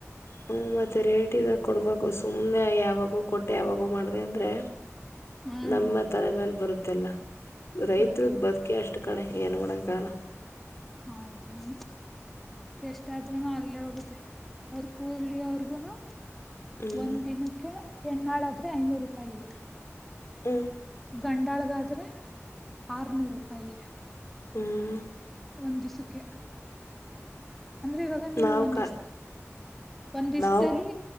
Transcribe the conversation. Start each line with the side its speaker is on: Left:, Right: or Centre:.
Left: ಹ್ಮ ಮತ್ತೆ ರೇಟ್ ಇದಾಗ ಕೊಡ್ಬೇಕು ಸುಮ್ನೆ ಯಾವಾಗೂ ಕೊಟ್ಟೆ ಯಾವಾಗ ಮಾಡ್ದ ಅಂದ್ರೆ
Centre: ಹ್ಮ್
Left: ನಮ್ಮ ತಲೆ ಮೇಲೆ ಬರುತ್ತೆ ಇದಲ ರೈತ್ರದ್
Centre: ಅದೇನೆ
Left: ಬದುಕೆ ಅಷ್ಟ ಇಷ್ಟ ಕಡೆ ಏನ್ ಮಾಡಗಾರ
Centre: ಹೌದು ಅ ಎಷ್ಟ ಆದಾದ ನಲ್ಲ ಅರ್ಕೂಲಿ ಅವರ್ಗುನು
Left: ಹ್ಮ್
Centre: ಒಂದ್ ದಿನಕ್ಕೆ ಹೆಣ್ಣಾಳಾದ್ರೆ ಐನೂರುೂಾಯಿ ಪ
Left: ಹ್ಮ
Centre: ಗಂಡಾಳ್ಗಾದ್ರೆ ಆರ್ನೂರು ರೂಪಾಯಿ
Left: ಹ್ಮ್
Centre: ಒಂದ್ ದಿಸಕ್ಕೆ ಅಂದ್ರೆ ಇವಾಗ ನೀನು
Left: ನಾವ್
Centre: ಒಂದ್
Left: ಕ
Centre: ದಿಸ ಒಂದ್
Left: ನಾವ್
Centre: ದ್ದಲ್ಲಿ